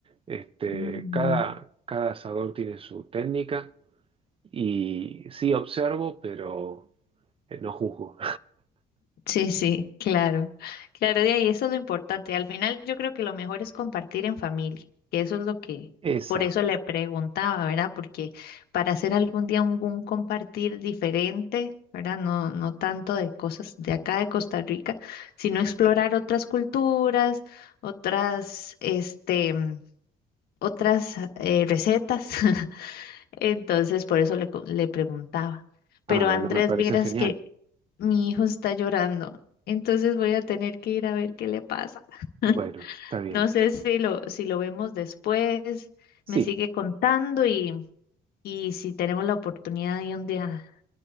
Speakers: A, on the right; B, on the left.
A: Este,
B: Ujú.
A: cada, cada asador tiene su técnica y sí observo, pero eh, no juzgo.
B: Sí, sí, claro. Claro, de ahí eso es lo importante. Al final yo creo que lo mejor es compartir en familia, que eso es lo que,
A: <laughs> Exacto.
B: por eso le preguntaba, ¿verdad? Porque para hacer algún día un, un compartir diferente, ¿verdad? No, no tanto de cosas de acá de Costa Rica, sino explorar otras culturas, otras, este, otras eh, recetas. <laughs> Entonces, por eso le, co- le preguntaba. Pero
A: Ah, bueno,
B: Andrés,
A: me parece
B: vieras
A: genial.
B: que mi hijo está llorando. Entonces voy a tener que ir a ver qué le pasa. <laughs>
A: Bueno, está bien.
B: No sé si lo, si lo vemos después,
A: Sí,
B: me sigue contando y, y si tenemos la oportunidad y un día